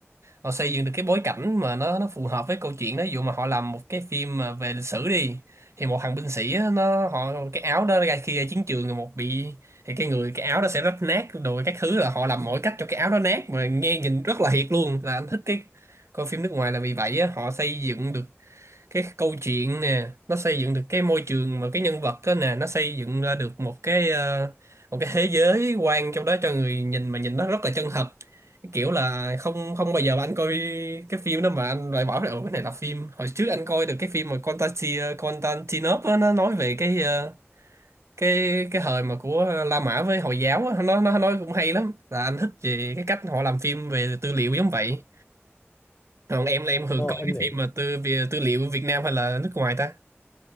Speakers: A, on the right; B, on the left.
A: họ xây dựng được cái bối cảnh mà nó nó phù hợp với câu chuyện đó ví dụ mà họ làm một cái phim mà về lịch sử đi thì một thằng binh sĩ á, nó họ cái áo đó ra khi ra chiến trường rồi một bị thì cái người cái áo đó sẽ rách nát rồi các thứ là họ làm mọi cách cho cái áo đó nát mà nghe nhìn rất là thiệt luôn là anh thích cái coi phim nước ngoài là vì vậy á, họ xây dựng được cái câu chuyện nè nó xây dựng được cái môi trường mà cái nhân vật đó nè nó xây dựng ra được một cái ờ, một cái thế giới quan trong đó cho người nhìn mà nhìn nó rất là chân thật cái kiểu là không không bao giờ mà anh coi cái phim đó mà anh loại bỏ là "Ủa, cái này là phim hồi trước anh coi được cái phim mà Constantine Constantinople á, nó nói về cái ờ, cái cái thời mà của La Mã với Hồi giáo á, nó nó nói cũng hay lắm là anh thích về cái cách họ làm phim về tư liệu giống vậy còn em là em thường
B: Ờ,
A: coi
B: em
A: cái
B: nghĩ
A: phim mà tư về tư liệu Việt Nam hay là nước ngoài ta